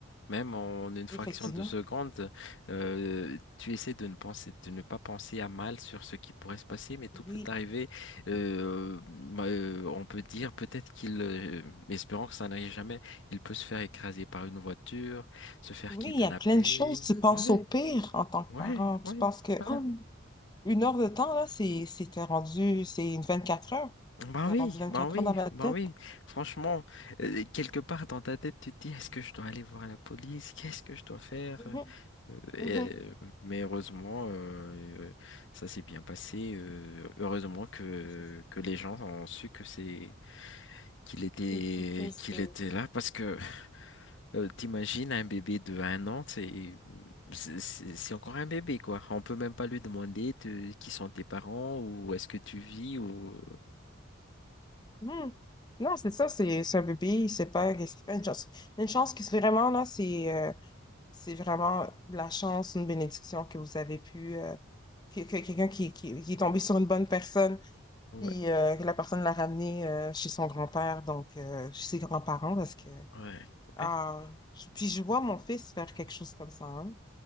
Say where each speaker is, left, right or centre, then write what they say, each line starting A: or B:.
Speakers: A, on the left; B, on the left.
A: Même en une fraction
B: Effectivement.
A: de seconde, euh, tu essaies de ne penser, de ne pas penser à mal sur ce qui pourrait se passer, mais tout
B: Oui.
A: peut t'arriver. Euh, bah, euh, on peut dire peut-être qu'il, euh, mais espérons que ça n'arrive jamais, il peut se faire écraser par une voiture, se faire
B: Oui,
A: kidnapper.
B: il y a plein de choses. Tu penses
A: Ouais,
B: au pire en tant que
A: ouais,
B: parent. Tu
A: ouais,
B: penses que
A: voilà.
B: oh, une heure de temps, là, c'est c'est t'es rendu, c'est une 24 heures.
A: Ben
B: T'es
A: oui,
B: rendu 24
A: ben oui,
B: heures dans ma
A: ben
B: tête.
A: oui. Franchement, euh, quelque part dans ta tête, tu te dis, est-ce que je dois aller voir la police? Qu'est-ce que je dois faire?
B: Mhm,
A: Euh, euh,
B: mhm.
A: et- mais heureusement, euh, ça s'est bien passé. euh, heureusement que,
B: C'est
A: que les gens ont su que c'est qu'il était
B: c'est- c'est fils
A: qu'il
B: de.
A: était là parce que euh, t'imagines un bébé de un an, c'est c'est c'est- c'est encore un bébé quoi. On peut même pas lui demander te- qui sont tes parents ou est-ce que tu vis ou
B: Hmm. Non, c'est ça, c'est c'est un bébé, c'est pas, c'est pas une chance. Une chance qui, c'est vraiment, là, c'est euh, c'est vraiment de la chance, une bénédiction que vous avez pu, euh, que, que quelqu'un qui, qui, qui est tombé sur une bonne personne,
A: ouais
B: puis euh, que la personne l'a ramené euh, chez son grand-père, donc euh, chez ses grands-parents, parce que,
A: ouais.
B: ah,
A: ouais.
B: je- puis je vois mon fils faire quelque chose comme ça, hein.